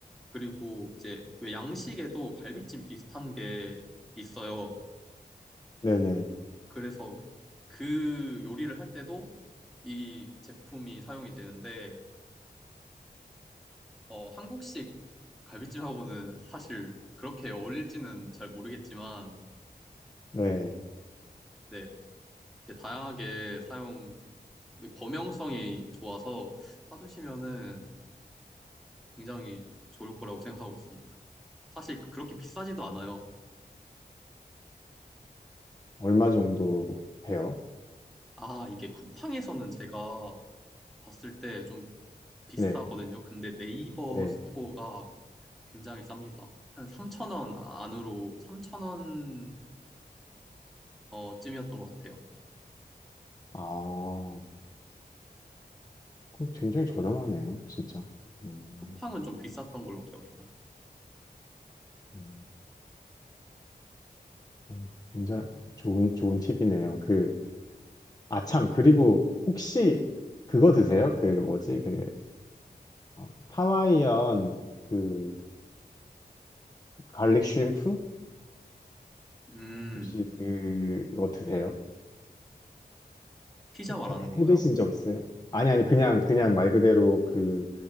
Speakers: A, in the centre; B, on the left.
A: 그리고 이제 왜 양식에도 갈비찜 비슷한 게 있어요.
B: 네 네.
A: 그래서 그 요리를 할 때도 이 제품이 사용이 되는데, 어, 한국식 갈비찜하고는 사실 그렇게 어울릴지는 잘 모르겠지만,
B: 네.
A: 네, 이렇게 다양하게 사용, 범용성이 좋아서 사두시면은 굉장히 좋을 거라고 생각하고 있습니다. 사실 그렇게 비싸지도
B: 아.
A: 않아요.
B: 얼마 정도 해요?
A: 아, 이게 쿠팡에서는 제가 봤을 때 좀 비싸거든요.
B: 네,
A: 근데 네이버
B: 네.
A: 스토어가 굉장히 쌉니다. 한 3,000원 안으로, 3,000원 어, 쯤이었던 것 같아요.
B: 아, 그럼 굉장히 저렴하네요, 진짜. 음,
A: 쿠팡은 좀 비쌌던 걸로 기억해요.
B: 음, 음, 괜찮, 좋은, 좋은 팁이네요. 그, 아, 참, 그리고 혹시 그거 드세요? 그, 뭐지, 그, 어, 하와이안 그, 갈릭 슈림프?
A: 음,
B: 혹시 그거 드세요?
A: 피자
B: 해,
A: 말하는
B: 해-
A: 건가요?
B: 해 드신 적 있어요? 아니, 아니, 그냥, 그냥 말 그대로 그,